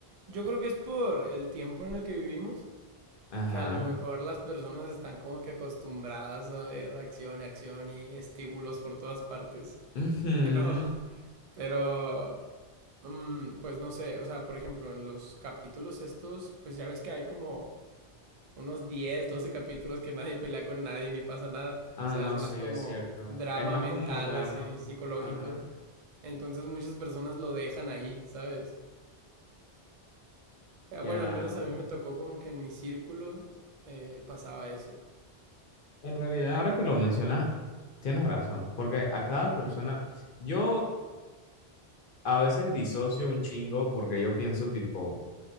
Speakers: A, on the right (about 50°); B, on the left (about 60°).
A: Yo creo que es por el tiempo en el que vivimos,
B: Ajá.
A: que a lo mejor las personas están como que acostumbradas a ver acción, acción y estímulos por todas partes.
B: ujú.
A: Pero, pero, mm, pues no sé, o sea, por ejemplo, en los capítulos estos, pues ya ves que hay como unos 10, 12 capítulos que nadie pelea con nadie ni pasa nada.
B: Ah,
A: O sea,
B: no,
A: es más
B: sí,
A: como
B: es cierto.
A: drama
B: Es más
A: mental,
B: como drama.
A: así, psicológico.
B: Ajá.
A: Entonces muchas personas lo dejan ahí, ¿sabes? Ah,
B: Ya,
A: Bueno, al menos a mí me tocó como que en mi círculo eh, pasaba eso.
B: en realidad, ahora que lo mencionas, tienes razón, porque a cada
A: Ujú.
B: persona, yo a veces disocio un chingo porque yo pienso tipo,